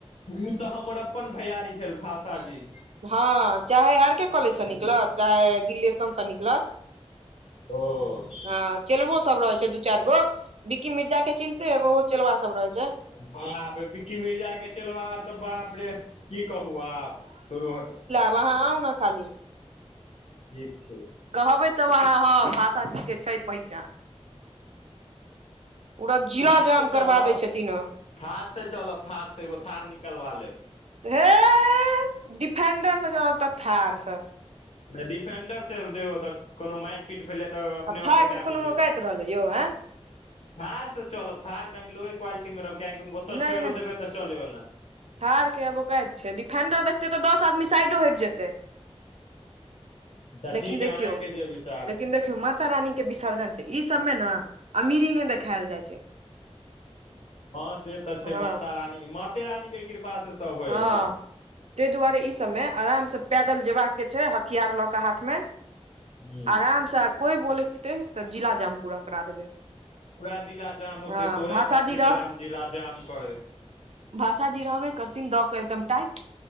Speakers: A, on the left (about 70°); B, on the right (about 70°).
A: उ तऽ हमर अपन भैयारी भेल भाषाजी।
B: हँ चाहे आर के कॉलेजसँ निकलत चाहे गिलेशन सँ निकलत।
A: ओ।
B: हँ चेलबो सब रहै छै दू चारि गो विक्की मिर्जा के चिन्हते हेब ओहो चेलबा सब रहै छै।
A: बाप रे बिक्की मिर्जाके चेलबार सब बाप रे की कहू आब छोडु हटाउ
B: आब अहाँ आउ ने खाली।
A: ठीक छै।
B: कहबै तब अहाँ हँ भाषाजी के छै पहिचान। पूरा जिला
A: थार
B: जाम
A: से चलब
B: करबा दै छथिन ओ।
A: थार से चलब थार से एगो थार निकलबा लेब।
B: हे ए डिफेंडरसँ चलब तऽ थारसँ।
A: नै डिफेंडर से उ देखो तऽ कोनो मारि पीट भेलै तऽ अपने
B: आब
A: और
B: थार
A: के डेमेज
B: कोनो
A: होतऽ।
B: औकाइत रहलै यौ एँ
A: थारसँ चलब थार कनि लोए क्वालिटीमे रहब कियाकि ओतऽ
B: नहि
A: छोइड़ो
B: नहि
A: देबै तऽ चलेबला।
B: थार के अब ओकैद छै डिफेंडर देखतै तऽ दस आदमी साइडो हैट जेतै।
A: अच्छा
B: लेकिन
A: ठीक है
B: देखियौ
A: अहाँके जे विचार
B: लेकिन देखियौ म माता रानी के विसर्जन छै ई सबमे ने अमीरी नै देखायल जाइ छै।
A: हँ से तऽ छै
B: हँ
A: माता रानी माते रानी के कृपा से सब होइ
B: हँ
A: है न
B: तैय दुआरे ई सबमे आराम सऽ पैदल जयबाक के छै हथियार लऽ कऽ हाथ मे।
A: ह
B: आरामसँ आ कोइ औबोलैकतै तऽ जिलाजाम पूरा करा देबै।
A: पूरा जिला जाम होतै
B: हँ
A: तोरे
B: भाषाजी
A: खातिर जाम जिला जाम करै हौ
B: भाषा जी रहबै करथिन दऽ कऽ एकदम टाइट।